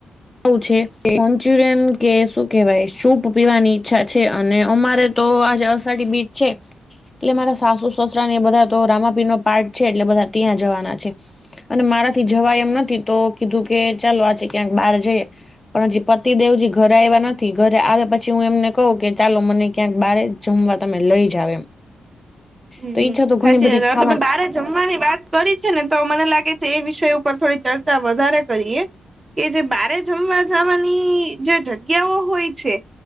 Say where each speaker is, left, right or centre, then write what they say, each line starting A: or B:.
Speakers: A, on the left (about 20°); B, on the right (about 30°).
A: છે મન્ચુરિયન કે શું કેવાય સૂપ પીવાની ઈચ્છા છે અને અમારે તો આજે અષાઢી બીજ છે. એટલે મારા સાસુ સસરા ને એ બધા તો રામાપીર નો પાઠ છે એટલે બધા ત્યાં જવાના છે. અને મારાથી જવા એમ નથી તો કીધું કે ચાલો આજે ક્યાંક બહાર જઈએ પણ હજી પતિદેવજી ઘરે આવ્યા નથી ઘરે આવે પછી હું એમને કહું કે ચાલો મને ક્યાંક બારે જમવા તમે લઈ જાવ એમ
B: હમ્મ
A: તો ઈચ્છા તો ઘણી
B: સાચી
A: બધી
B: વાત
A: ખાવા
B: હ તમે બારે જમવાની વાત કરી છે ને તો મને લાગે છે એ વિષય ઉપર થોડી ચર્ચા વધારે કરીએ કે જે બારે જમવા જવાની જે જગ્યાઓ હોય છે